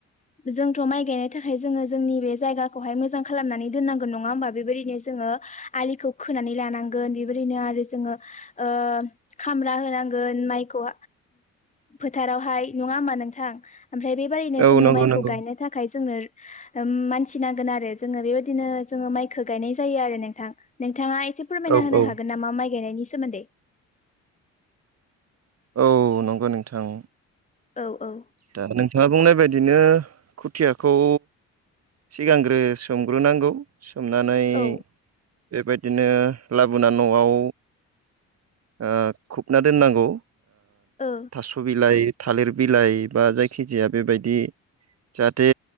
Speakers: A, on the left; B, on the right.
A: जोंथ' माइ गायनो थाखाय जोङो जोंनि बे जायगा <unintelligible> मोजां खालामनानै दोननांगोन नङा होनबा? बेबायदिनो जोङो आलिखौ खोनानै लानांगोन बेबायदिनो आरो जोङो ओ खामला होनांगोन माइखौ फोथारावहाय नङा होनबा नोंथां? ओमफ्राय बेबादिनो
B: औ
A: जोङो
B: नंगौ
A: माइखौ
B: नंगौ
A: गायनो थाखाय जोंनो <unintelligible> <unintelligible> आरो जोङो बेबायदिनो जोङो मायखौ गायनाय जायो आरो नोंथां। नोंथाङा फोरमायना
B: औ
A: होनो
B: औ
A: हागोन नामा माइ गायनायनि सोमोन्दै?
B: औ नंगौ नोंथां।
A: औ औ।
B: दा नोंथाङा बुंनाय बायदिनो खुथियाखौ सिगांग्रो सोमग्रोनांगौ सोमनानै
A: औ
B: बेबायदि बिदिनो लाबोना न'आव ओ खुबना दोननांगौ
A: ओ
B: थास' बिलाइ थालिर बिलाइ बा जायखिजाया बेबायदि जाहाथे